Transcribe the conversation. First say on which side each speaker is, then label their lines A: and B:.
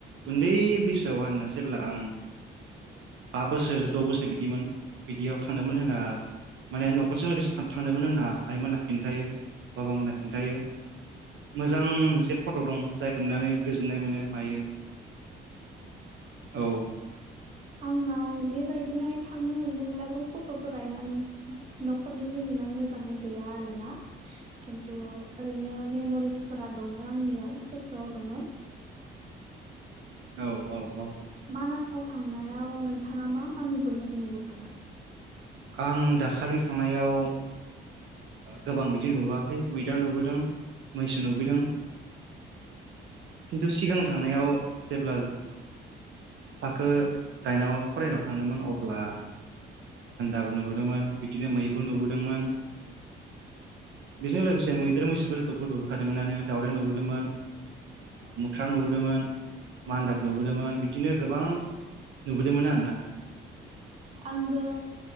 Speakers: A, on the right; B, on the right.
A: उन्दै बैसोआव आरोना जेब्ला आं बा बोसोर द' बोसोर बिदिमोन बिदियाव थांदोंमोन होनना माने न'खरजों लोगोसे थांदोंमोन होनना आइमोना खिन्थायो बाबा मोना खिन्थायो मोजां मोनसे फट' दं जाय सोमनानै गोजोननाय मोनो मायो औ
B: आंनाव बेबायदिहाय थांनो मोनदोंब्लाबो फट'फोरा इमान न'खरनि जोंनि इमान मोजाङै गैया आरोना खिन्थु ओरैनो मेम'रिसफोरा दङ आंनियाव गोसोआव दङ
A: औ औ औ
B: मानासाव थांनायाव नोंथाङा मा मा नु नुबोखो?
A: आं दाखालि थांनायाव गोबां बिदि नुबोआखै मैदेर नुबोदों मैसो नुबोदों खिन्थु सिगां थांनायाव जेब्ला थाखो दाइनाव फरायनायाव थांदोंमोन अब्ला नुदोंमोन बिदिनो मैबो नुबोदोंमोन
B: <inaudible>
A: बेजों लोगोसे मैदेर मैसोफोरखौबो नुबोखादोंमोनान दावउराइ नुबोदोंमोन मोख्रा नुबोदोंमोन मान्दाब नुबोदोंमोन बिदिनो गोबां नुबोदोंमोन आरोना।
B: आंबो